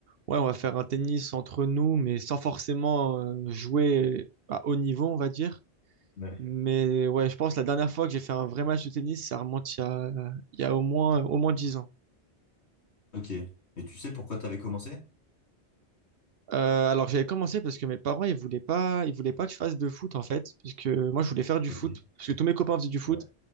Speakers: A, on the right; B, on the left.
A: ouais, on va faire un tennis entre nous, mais sans forcément euh, jouer à haut niveau, on va dire.
B: Ouais.
A: Mais ouais, je pense que la dernière fois que j'ai fait un vrai match de tennis, ça remonte il y a, il y a au moins, au moins dix ans.
B: Ok. Et tu sais pourquoi t'avais commencé?
A: Euh, alors j'avais commencé parce que mes parents, ils voulaient pas, ils voulaient pas que je fasse de foot en fait, parce que moi je voulais faire du
B: Ok.
A: foot, parce que tous mes copains faisaient du foot,
B: Ouais.